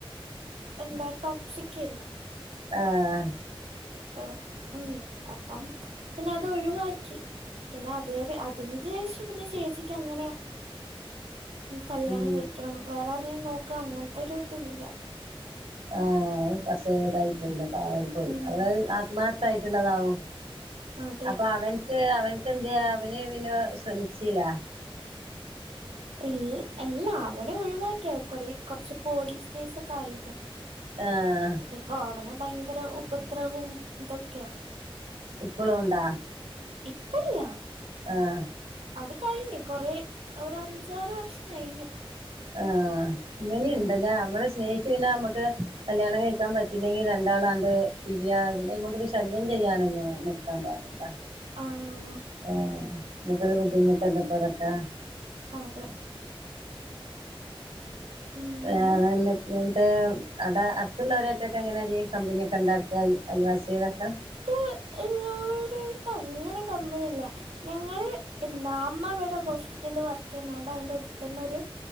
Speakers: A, on the right; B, on the right.
A: എന്താ ടോക്സിക്കേയിരുന്നു.
B: ആഹ്
A: അപ്പ ഉം അപ്പം പിന്നെ അത് ഒഴിവാക്കി. പിന്നെ അത് വരെ അതിന്റെ ശേഷം പിന്നെ ചേച്ചിക്ക് അങ്ങനെ കല്യാണം
B: ഉം
A: കഴിക്കണം വേറെ ആരെങ്കിലും നോക്കണം അങ്ങൻത്തൊരു ഇതില്ല.
B: ആഹ് പക്ഷേ ഇതായി പോയില്ലെ പാവായി പോയി
A: ഉം
B: അവളത് ആത്മാർത്ഥ ആയിട്ട്ള്ളതാവും.
A: അതെ
B: അപ്പ അവൻക്ക് അവൻക്കന്ത് അവന് പിന്നെ ശ്രമിച്ചീലേ? <inaudible>
A: ൽ എല്ല അവനെ ഒഴിവാക്കിയ. കൊറെ കൊറച്ച് പോലീസ് കേസൊക്കെ ആയിരുന്നു.
B: ആഹ്‌
A: പ്പൊ അവന് ഭയങ്കര ഉപദ്രവും ഇതൊക്കെയ.
B: ഇപ്പളും ഉണ്ടാ?
A: ഇപ്പല്യ
B: ആഹ്‌
A: അത് കഴിഞ്ഞി. കൊറേ ഒരഞ്ചാറ് വർഷം കഴിഞ്ഞു.
B: ആഹ്‌. ഇങ്ങനീണ്ടല്ല
A: ഉം
B: നമ്മള് സ്നേഹിച്ചു പിന്നെ മ്മക്ക് കല്യാണം കയിക്കാൻ പറ്റില്ലെങ്കിൽ രണ്ടാളാണ്ട് പിരിയാ. പിന്നെ നമുക്കൊരു ശല്യം ചെയ്യാനൊന്നും നിക്കാൻ പാടില്ല.
A: ആഹ്‌
B: ആഹ് നമുക്കൊരു ബുദ്ധിമുട്ടല്ലപ്പ അതൊക്കെ.
A: അതെ ഉം
B: വേറെന്തൊക്കെ ഇണ്ട് ആടെ അടുത്തുള്ളവരായിട്ടൊക്കെ എങ്ങനെയാ ജ്ജ് കമ്പനിയൊക്കെണ്ട? അൽ അയൽവാസികളൊക്ക
A: ക്ക എല്ലോരായിട്ടും അങ്ങനെ കമ്പിനിയില്ല. ഞങ്ങള് എന്താ അമ്മവിടെ ഹോസ്പിറ്റല് വർക്ക്യ്യണോണ്ട് അയിന്റെ അടുത്തന്നെ ഒരു